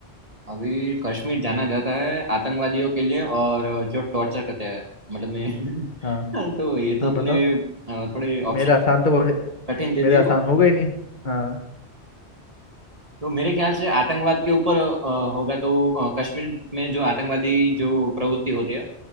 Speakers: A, on the right; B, on the left.
A: अभी कश्मीर जाना जाता है आतंकवादियों के लिए और जो टॉर्चर करते हैं मतलब मैं
B: हाँ
A: <laughs> तो ये तो
B: हाँ बताओ
A: तूने अ, थोड़े
B: मेरे
A: ऑप्शन
B: आसान तो वह-
A: कठिन दे
B: मेरे
A: दिए
B: आसान हो गए नहीं हाँ
A: तो मेरे ख्याल से आतंकवाद के ऊपर अ, होगा तो अ, कश्मीर में जो आतंकवादी जो प्रवृत्ति होती है